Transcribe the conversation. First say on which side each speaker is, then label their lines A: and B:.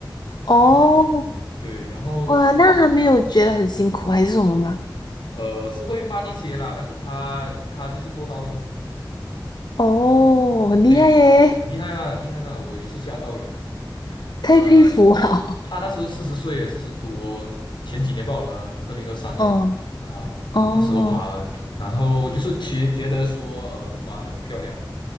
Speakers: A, on the left (about 60°); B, on the left (about 75°).
A: 哦，
B: <laughs> 对，然后
A: 哇，那还没有觉得很辛苦还是什么吗？
B: 呃是会慢一些啦，但是他他就是做到咯，嗯。
A: 哦，
B: 嗯，挺佩服，
A: 很厉害耶，
B: 很厉害啊，很厉害的、我也是吓到嘞。呃，
A: 太佩服了。
B: 他那时候四十岁，四十多，前几年报了啊二零二三年啊，
A: <laughs> 嗯，哦。
B: 那时候爬的然后就是其实觉得说，呃，东马很漂亮